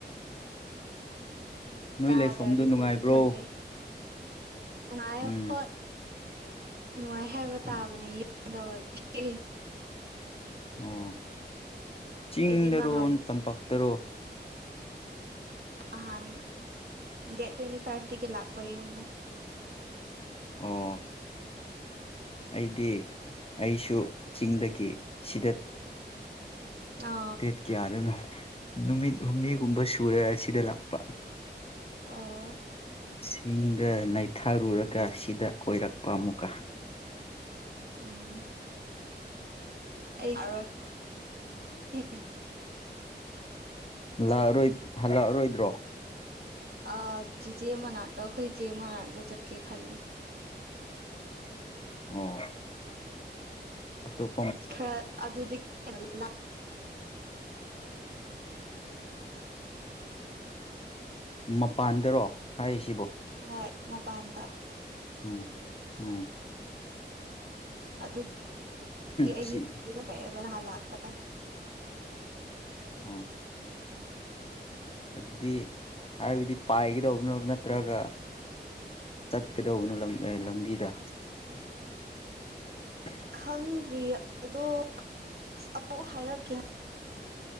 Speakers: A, on the left (about 35°); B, on the right (about 60°).
A: ꯅꯣꯏ
B: ꯆꯥꯗꯔꯗꯤ
A: ꯂꯩꯐꯝꯗꯨ ꯅꯨꯡꯉꯥꯏꯕ꯭ꯔꯣ
B: ꯄꯨꯛꯁꯨ ꯊꯟꯗꯦ ꯅꯨꯡꯉꯥꯏ
A: ꯎꯝ
B: ꯍꯣꯏ ꯅꯨꯡꯉꯥꯏ ꯍꯥꯏꯕ ꯇꯥꯕꯅꯦ
A: ꯎꯝ
B: ꯌꯨꯝꯗ ꯑꯣꯏꯕꯒꯤ
A: ꯑꯣ ꯆꯤꯡꯗꯔꯣ
B: ꯑꯩꯗꯤ ꯅꯍꯥꯟ
A: ꯇꯝꯄꯥꯛꯇꯔꯣ
B: ꯑꯍꯥꯟ ꯗꯦꯠ ꯇ꯭ꯋꯦꯟꯤꯇꯤ ꯐꯥꯏꯚꯇꯗꯒꯤ ꯂꯥꯛꯄ ꯌꯨꯝꯗ
A: ꯑꯣ ꯑꯩꯗꯤ ꯑꯩꯁꯨ ꯆꯤꯡꯗꯒꯤ ꯁꯤꯗ
B: ꯑ
A: ꯗꯦꯠ ꯀꯌꯥꯗꯅꯣ ꯅꯨꯃꯤꯠ ꯍꯨꯝꯅꯤꯒꯨꯝꯕ ꯁꯨꯔꯦ ꯁꯤꯗ ꯂꯥꯛꯄ
B: ꯑꯥ
A: ꯆꯤꯡꯗ ꯅꯩꯊꯥꯔꯨꯔꯒ ꯁꯤꯗ ꯀꯣꯏꯔꯛꯄ ꯑꯃꯨꯛ ꯑꯥ
B: ꯎꯝ
A: <unintelligible>
B: ꯑꯩ ꯑꯔꯣꯏ <inaudible>
A: ꯂꯥꯛꯑꯔꯣꯏ ꯍꯜꯂꯛꯑꯔꯣꯏꯗ꯭ꯔꯣ꯫
B: ꯑꯥ ꯆꯦꯆꯦ ꯃꯅꯥꯛꯇ ꯈꯣꯏ ꯏꯆꯦ ꯃꯅꯥꯛꯇ ꯆꯠꯀꯦ ꯈꯜꯂꯤ꯫
A: ꯑꯣ꯫ ꯑꯗꯨ
B: ꯈꯔ ꯑꯗꯨꯗ <inaudible> ꯂꯥ
A: ꯃꯄꯥꯟꯗꯔꯣ ꯍꯥꯏꯔꯤꯁꯤꯕꯣ꯫
B: ꯍꯣꯏ ꯃꯄꯥꯟꯗ꯫
A: ꯎꯝ ꯎꯝ
B: ꯑꯗꯨ ꯒꯤ ꯑꯩꯒꯤ
A: ꯑꯁꯤ
B: <unintelligible> ꯑꯦꯕ ꯅꯍꯥꯟ ꯂꯥꯛꯄꯗ꯫
A: ꯎꯝ ꯑꯗꯨꯗꯤ ꯍꯥꯏꯕꯗꯤ ꯄꯥꯏꯒꯗꯧꯕꯔꫭ ꯅꯠꯇ꯭ꯔꯒ꯫ ꯆꯠꯀꯗꯧꯕꯅꯣ ꯂꯝ ꯑꯦ ꯂꯝꯕꯤꯗ꯫ <inaudible>
B: ꯈꯪꯗ꯭ꯔꯤ ꯑꯗꯣ ꯑꯁ ꯑꯃꯨꯛ ꯍꯥꯏꯔꯛꯀꯦ ꯍꯥꯏ꯫